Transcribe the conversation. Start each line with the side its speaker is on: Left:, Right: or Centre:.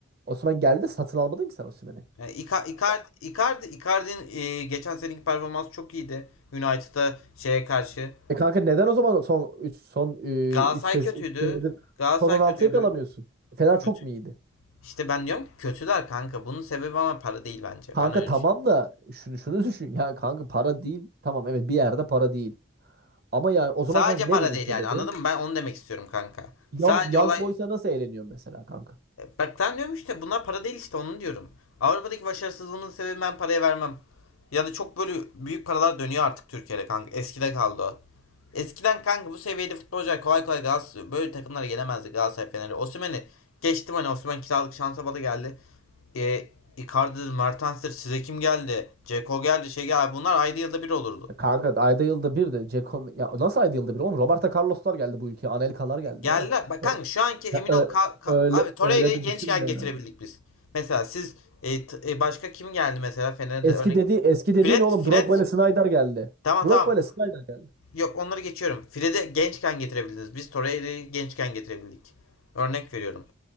Right: Osimhen geldi satın almadın ki sen Osimhen'i.
Left: Yani Ica- Icardi, Icardi, Icardi'nin e, geçen seneki performansı çok iyiydi. United'a şeye karşı.
Right: E kanka neden o zaman son 3 son
Left: Galatasaray
Right: 3 sez
Left: kötüydü.
Right: üç senedir
Left: Galatasaray
Right: son 16'ya
Left: kötüydü.
Right: kalamıyorsun? Fener çok
Left: Kötü.
Right: mu iyiydi?
Left: İşte ben diyorum ki kötüler kanka. Bunun sebebi ama para değil bence.
Right: Kanka
Left: Ben öyle
Right: tamam
Left: düşünüyorum.
Right: da şunu şunu düşün ya kanka para değil. Tamam evet bir yerde para değil. Ama yani o
Left: Sadece
Right: zaman kanka ne
Left: para
Right: bunun
Left: değil
Right: sebebi?
Left: yani anladın mı? Ben onu demek istiyorum kanka.
Right: Young,
Left: Sadece
Right: Young
Left: olay
Right: Boys'a nasıl eğleniyor mesela kanka?
Left: Bak sen diyorum işte bunlar para değil işte onu diyorum. Avrupa'daki başarısızlığımın sebebi ben paraya vermem. Ya da çok böyle büyük paralar dönüyor artık Türkiye'de kanka. Eskide kaldı o. Eskiden kanka bu seviyede futbolcular kolay kolay Galatasaray böyle takımlara gelemezdi Galatasaray Fener'i. Osimhen'i geçtim hani Osimhen kiralık şansa bala geldi. E, Icardi, Mertens'tir size kim geldi? Ceko geldi şey geldi. Bunlar ayda yılda bir olurdu.
Right: Ya Kanka ayda yılda bir de Ceko ya nasıl ayda yılda bir oğlum Roberto Carlos'lar geldi bu ülkeye. Anelka'lar geldi
Left: Geldiler.
Right: biraz.
Left: Bak
Right: Ö-
Left: kanka şu anki emin
Right: ya ö-
Left: ol ka- ka-
Right: öyle
Left: abi Torreira'yı
Right: öyle de
Left: gençken
Right: düşünme ya.
Left: getirebildik biz. Mesela siz e, e, başka kim geldi mesela Fener'de
Right: Eski
Left: örnek
Right: dedi eski dediğin
Left: Fred
Right: oğlum
Left: Fred
Right: Drogba ile Snyder geldi.
Left: tamam
Right: Drogba
Left: tamam.
Right: ile Snyder geldi.
Left: Yok onları geçiyorum. Fred'i gençken getirebildiniz. Biz Torreira'yı gençken getirebildik. Örnek veriyorum.